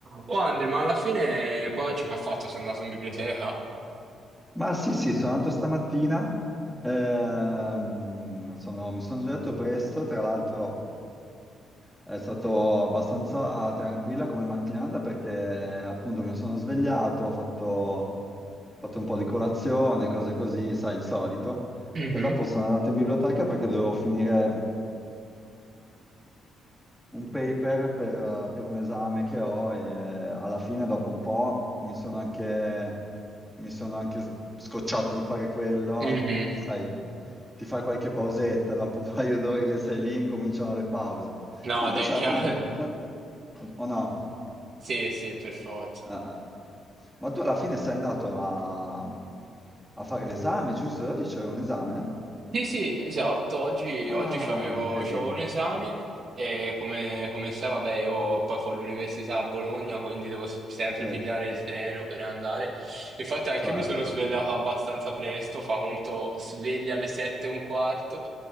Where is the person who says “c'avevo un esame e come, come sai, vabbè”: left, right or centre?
Right